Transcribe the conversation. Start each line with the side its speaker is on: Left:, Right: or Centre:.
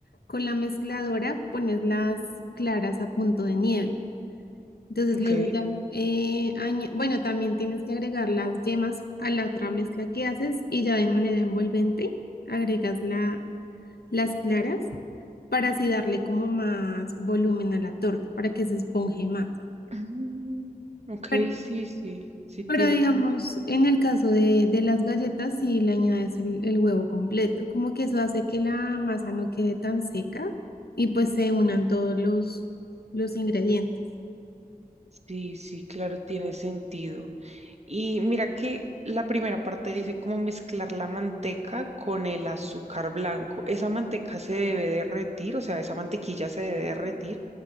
Left: con la mezcladora pones las claras a punto de nieve. Entonces
Right: ok.
Left: luego ya, eh, añe- bueno, también tienes que agregar las yemas a la otra mezcla que haces y ya de manera envolvente agregas la, las claras para así darle como más volumen a la torta, para que se esponje más.
Right: Mm, ok,
Left: Pero,
Right: sí, sí, sí tiene
Left: pero digamos,
Right: como...
Left: en el caso de, de las galletas, si le añades el, el huevo completo, como que eso hace que la masa no quede tan seca y pues se unan todos los, los ingredientes.
Right: Sí, sí, claro, tiene sentido. Y mira que la primera parte dice cómo mezclar la manteca con el azúcar blanco. ¿Esa manteca se debe derretir? O sea, ¿esa mantequilla se debe derretir?